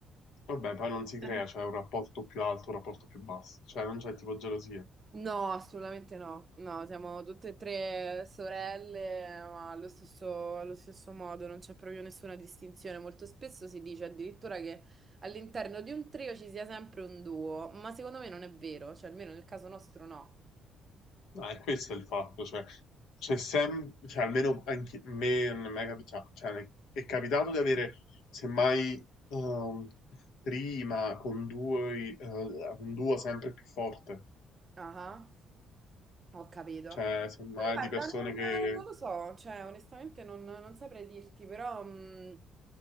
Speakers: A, on the left; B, on the right.
A: Vabbè, poi non si crea,
B: <laughs>
A: cioè un rapporto più alto, un rapporto più basso, cioè non c'è tipo gelosia.
B: No, assolutamente no. No, siamo tutte e tre sorelle, ma allo stesso, allo stesso modo, non c'è proprio nessuna distinzione. Molto spesso si dice addirittura che all'interno di un trio ci sia sempre un duo, ma secondo me non è vero, cioè almeno nel caso nostro no.
A: No, è questo il fatto, cioè, c'è sempre, cioè, almeno anche a me non mi è mai capitato, cioè, è capitato di avere, semmai, ehm, prima con due, eh, un duo sempre più forte,
B: Ah. Ho capito.
A: cioè, semmai
B: Ma Guarda,
A: di persone
B: non,
A: che,
B: non lo so, cioè onestamente non, non saprei dirti, però mh,